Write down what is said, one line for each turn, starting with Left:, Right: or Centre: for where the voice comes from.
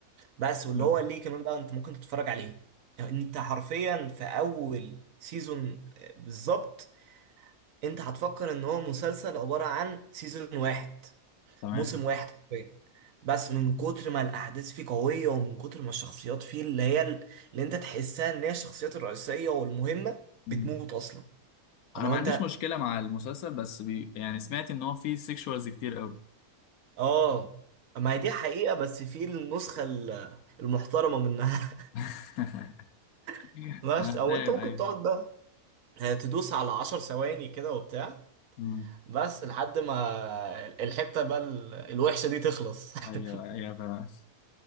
Right: بس واللي
Left: لا.
Right: هو ليه كمان بقى انت ممكن تتفرج عليه انت حرفيا في اول سيزون بالظبط انت هتفكر ان هو مسلسل عباره عن سيزون واحد
Left: تمام
Right: موسم واحد حرفيا بس من كتر ما الاحداث فيه قويه ومن كتر ما الشخصيات فيه اللي هي ال- اللي انت تحسها ان هي الشخصيات الرئيسيه والمهمه
Left: مم.
Right: بتموت اصلا فلو
Left: انا ما
Right: انت
Left: عنديش مشكله مع المسلسل بس بي... يعني سمعت ان هو فيه سيكشوالز كتير قوي
Right: اه ما هي دي حقيقه بس في النسخه ال- المحترمه منها
Left: <laughs>
Right: <laughs> بس
Left: انا
Right: او
Left: فاهم
Right: انت ممكن
Left: ايوه
Right: تقعد بقى تدوس على عشر ثواني كده وبتاع
Left: مم.
Right: بس لحد ما الحته بقى ال- الوحشه دي تخلص
Left: ايوه
Right: <laughs>
Left: ايوه فاهم